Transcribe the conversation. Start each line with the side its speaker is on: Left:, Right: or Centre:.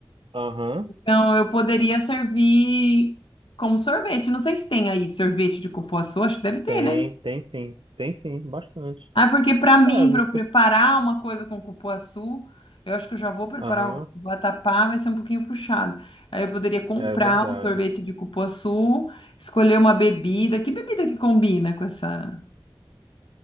Right: Aham,
Left: Então eu poderia servir como sorvete. Não sei se tem aí sorvete de cupuaçu, acho que deve ter,
Right: tem,
Left: né?
Right: tem sim. Tem sim, bastante.
Left: Ah, porque para mim,
Right: É, você...
Left: para eu preparar uma coisa com cupuaçu, eu acho que eu já vou preparar
Right: Aham,
Left: o vatapá, vai ser um pouquinho puxado. Aí eu poderia comprar
Right: é verdade.
Left: um sorvete de cupuaçu, escolher uma bebida. Que bebida que combina com essa?